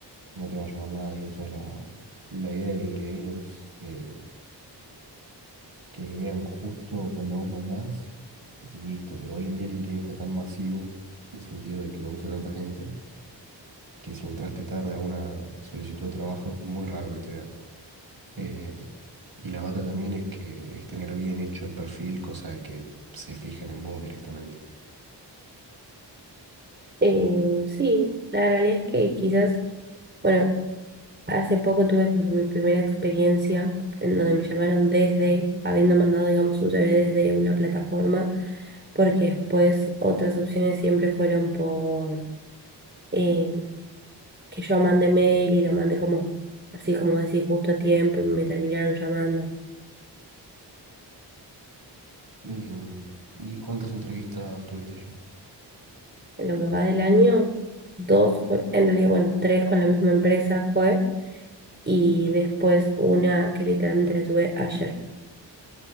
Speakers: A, on the right; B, on the right.
A: no te va a llamar nadie. O sea, la, la idea de LinkedIn es eh, que vean justo cuando vos mandás y listo. Pero hoy en día LinkedIn está tan masivo, en el sentido de que lo usa tanta gente, que si entraste tarde a una solicitud de trabajo es muy raro que te vean. Eh, y la otra también es que es tener bien hecho el perfil, cosa de que se fijen en vos directamente.
B: Eh, sí, la realidad es que quizás... Bueno, Hace poco tuve como mi primera experiencia en donde me llamaron desde, habiendo mandado, digamos, un CV desde una plataforma, porque después otras opciones siempre fueron por eh, que yo mandé mail y lo mandé como, así como decir, justo a tiempo y me terminaron llamando.
A: Em, ¿y cuántas entrevistas tuviste ya?
B: En lo que va del año, dos, con- en realidad, bueno, tres con la misma empresa fue, y después una que literalmente la tuve ayer.